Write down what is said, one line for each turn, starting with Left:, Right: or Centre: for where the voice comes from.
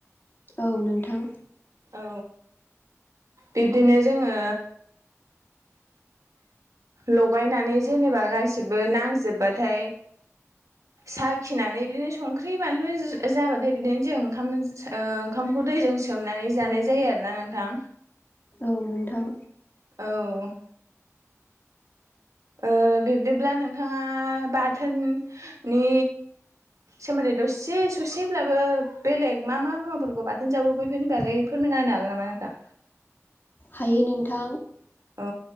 Left: औ नोंथां
Right: औ बिदिनो जोङो लगायनानै जेनेबा गासिबो नां जोबबाथाय साखिनानै बिदिनो संख्रि ओंख्रि बानलु जाबाथाय बिदिनो जों ओंखाम ओंखामखौ दैजों सोमनानै जानाय जायो आरोना नोंथां
Left: औ नोंथां
Right: औ ओ बिब्दिब्ला नोंथाङा बाथोननि सोमोनदै दसे ससे अब्लाबो बेलेग मा मा मुवाफोरखौ बाथोन जाबो बेफोरनि बागै फोरमायना होनो हागोन नामा नोंथां?
Left: हायो नोंथां।
Right: औ